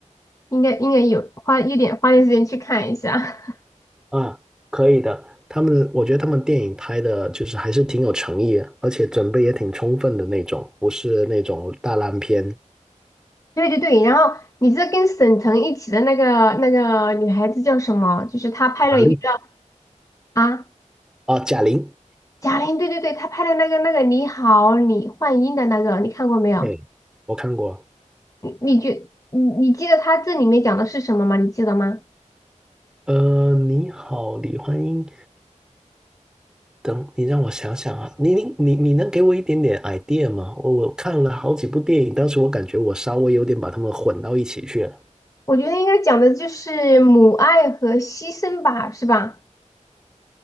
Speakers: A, on the left (about 25°); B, in the centre.
A: 应该应该有花一点花点时间去看一下。<laughs>
B: 啊，可以的。他们，我觉得他们电影拍的就是还是挺有诚意，而且准备也挺充分的那种，不是那种大烂片。
A: 对对对，然后你这跟沈腾一起的那个那个女孩子叫什么？就是她拍了一个叫
B: 哪里？
A: 啊
B: 哦，贾玲，
A: 贾玲，对对对，她拍的那个那个你好李焕英的那个，你看过没有？
B: 哎，我看过。
A: 你你觉你你记得她这里面讲的是什么吗？你记得吗？
B: 呃，你好，李焕英。等你让我想想啊，你你你你能给我一点点 idea 吗？我我看了好几部电影，当时我感觉我稍微有点把它们混到一起去了。
A: 我觉得应该讲的就是母爱和牺牲吧，是吧？